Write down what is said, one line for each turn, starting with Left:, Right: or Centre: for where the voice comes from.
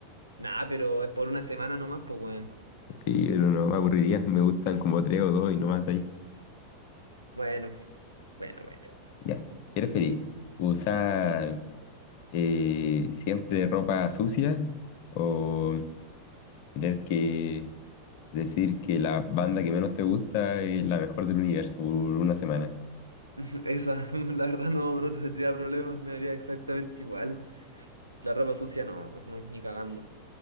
Right: Nah, pero es por una semana nomás, pues bueno.
Left: Sí, pero no me aburriría. Me gustan como tres o dos y no más de ahí.
Right: Bueno. Bueno, bueno.
Left: Ya. ¿Te feliz? ¿Usar eh, siempre ropa sucia? ¿O tener que decir que la banda que menos te gusta es la mejor del universo por una semana?
Right: <laughs> Esa, <laughs> la verdad no, no te tendría problemas, me haría exactamente igual. La ropa sucia no, no, ni cagando.